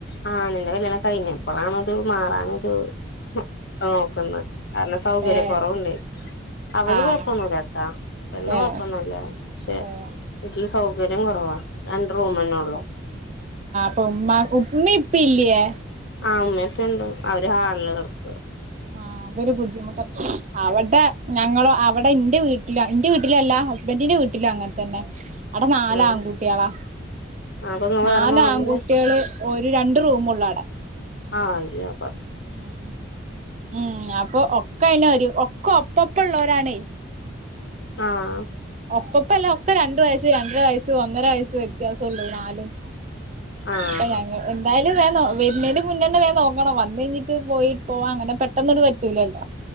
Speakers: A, on the left; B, on the right.
A: ആ- കല്ലിയാണം കഴിഞ്ഞപ്പോഴാണ ഒരു മാറാനൊരു- നോക്കന്ന് കാരണം സൗകര്യ
B: ഏഹ്
A: കൊറവുണ്ടെ അവര്
B: ആഹ്
A: കൊഴപ്പൊന്നില്ല കേട്ടാ പെണ്
B: ഏഹ്
A: കൊഴപ്പൊന്നില്ല പക്ഷെ
B: ഏഹ്
A: വട്ട <unintelligible> സൗകര്യം കുറവാ രണ്ട് റൂമന്നെ ഉള്ളൂ
B: അപ്പ ഉമ്മ ഉമ്മ ഇപ്പ ഇല്ലയേ
A: ആ അമ്മയൊക്കെ ഉണ്ട് അവര് ഹാളില് കൊടുക്ക
B: ആ അതൊരു ബുദ്ധിമുട്ട് അവിടെ ഞങ്ങളോ അവിടെ എന്റെ വീട്ടിലോ എറെ വീട്ടിൽ- വീട്ടിലല്ല ഹസ്ബൻഡിന്റെ വീട്ടിലും അങ്ങനെ തന്നെ അവിടെ നാല്
A: ആഹ്
B: ആൺ കുട്ടികളാ
A: അപ്പൊ ഇങ്ങള്
B: നാല്
A: വേറെ മാറില്ലേ
B: ആൺകുട്ടികള് ഒരു രണ്ട് റൂമൊള്ള് അവിടെ
A: ആഹ് അതെയോ
B: ഉം ഉം അപ്പൊ ഒക്കെ അതിന്‌ ഒരു ഒക്ക ഒപ്പപ്പോ ഒള്ളവരാണേ
A: ആഹ്
B: ഒപ്പപ്പല്ല ഒക്കെ രണ്ട് വയസ് രണ്ടര വയസ്സ് ഒന്നര വയസ്സ് വ്യത്യാസം ഉള്ളു നാലും
A: ആഹ്
B: അപ്പൊ ഞങ്ങള് എന്താ വേണം വരുന്നേന് മുന്നേ തന്നെ വേഗം നോക്കണം വന്ന് കഴിഞ്ഞിട്ട് പോയി പോവാൻ അങ്ങനെ പെട്ടെന്നൊരു പറ്റൂലല്ലോ